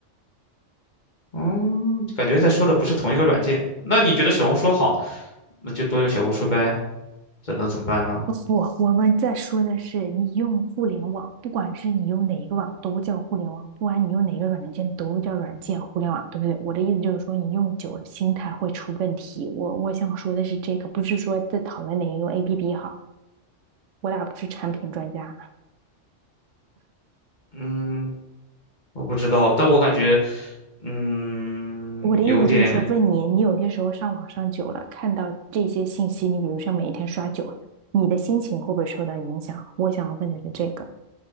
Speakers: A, on the left; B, on the right.
A: 嗯，感觉在说的不是同一个软件。那你觉得小红书好，那就多用小红书呗。这能怎么办呢？
B: 不，我们在说的是你用互联网，不管是你用哪一个网都叫互联网，不管你用哪个软件都叫软件互联网，对不对？我的意思就是说，你用久了心态会出问题。我我想说的是这个，不是说在讨论哪一个 APP 好，我俩不是产品专家。
A: 嗯，我不知道，但我感觉，嗯，
B: 我的意思就是说，
A: 有点。
B: 问你，你有些时候上网上久了，看到这些信息，你比如像每一天刷久了，你的心情会不会受到影响？我想要问的是这个。